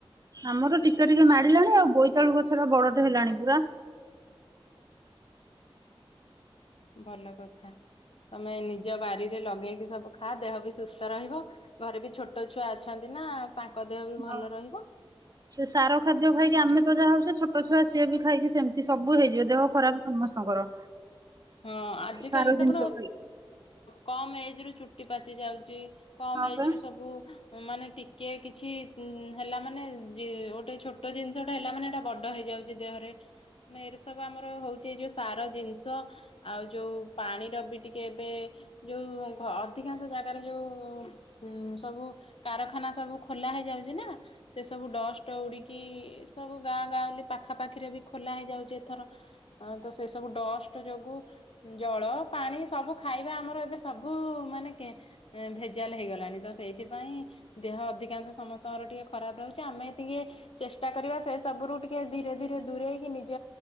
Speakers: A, on the right; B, on the left.
A: ଆମର ଟିକେ ଟିକେ ମାଡିଲାଣି ଆଉ ବୋଇତାଳୁ ଗଛ ଟା ବଡଟେ ହେଲାଣି ପୁରା।
B: ଭଲ କଥା ତମେ ନିଜ ବାରିରେ ଲଗେଇକି ସବୁ ଖା ଦେହ ବି ସୁସ୍ଥ ରହିବ। ଘରେ ବି ଛୋଟ ଛୁଆ ଅଛନ୍ତି ନା ତାଙ୍କ ଦେହ ବି ଭଲ
A: ହଁ।
B: ରହିବ।
A: ସେ ସାର ଖାଦ୍ୟ ଖାଇକି ଆମେ ତ ଯାହା ହଉଛେ ସେ ଛୋଟ ଛୁଆ ସିଏ ବି ଖାଇକି ସେମିତି ସବୁ ହେଇଯିବ ଦେହ ଖରାପ। ସମସ୍ତଙ୍କର।
B: ହଁ ଆଜି
A: ସାର
B: କାଲି
A: ଜିନିଷ
B: ତ ଆପଣ
A: ଖାଇକି
B: କମ ଏଜ ରୁ ଚୁଟି ପାଚି ଯାଉଛି, କମ
A: ହଁ ବା
B: ଏଜ ରୁ ସବୁ ମାନେ ଟିକେ କିଛି ହେଲା ମାନେ ଗୋଟେ ଛୋଟ ଜିନିଷ ଟା ହେଲା ମାନେ ଏଇଟା ବଡ ହେଇଯାଉଛି। ଦେହରେ ମାନେ ଏରେ ସବୁ ଆମର ହଉଛି ଏଇ ଯୋଉ ସାର ଜିନିଷ ଆଉ ଯୋଉ ପାଣିର ବି ଟିକେ ଏବେ ଯୋଉ ଅଧିକାଂଶ ଜାଗାରେ ଯୋଉ ଉଁ ସବୁ କାରଖାନା ସବୁ ଖୋଲା ହେଇଯାଉଛି ନା ସେ ସବୁ ଡଷ୍ଟ ଉଡିକି ସବୁ ଗାଁ ଗାଁଉଲି ପାଖାପାଖିରେ ବି ଖୋଲା ହେଇଯାଉଛି ଏଥର। ଆଉ ତ ସେ ସବୁ ଡଷ୍ଟ ଯୋଗୁ ଜଳ ପାଣି ସବୁ ଖାଇବା ଆମର ଏବେ ସବୁ ମାନେ ଭେଜାଲ ହେଇଗଲାଣି ତ ସେଇଥିପାଇଁ ଦେହ ଅଧିକାଂଶ ସମସ୍ତଙ୍କର ଟିକେ ଖରାପ ରହୁଛି ଆମେ ଟିକେ ଚେଷ୍ଟା କରିବା ସେ ସବୁ ରୁ ଟିକେ ଧୀରେ ଧୀରେ ଦୂରେଇକି ନିଜ